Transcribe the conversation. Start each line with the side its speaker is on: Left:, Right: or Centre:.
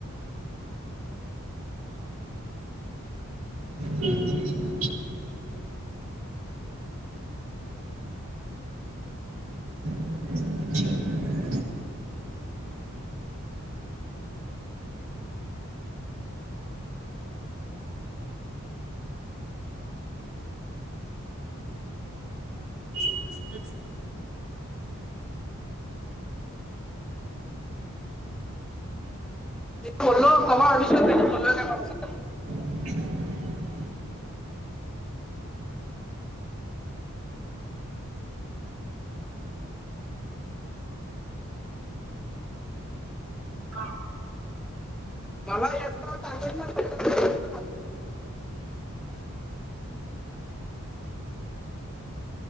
Right: तेज <inaudible> <inaudible>
Centre: बोललो क आविष बोललो का
Right: <inaudible> हा
Centre: <unintelligible>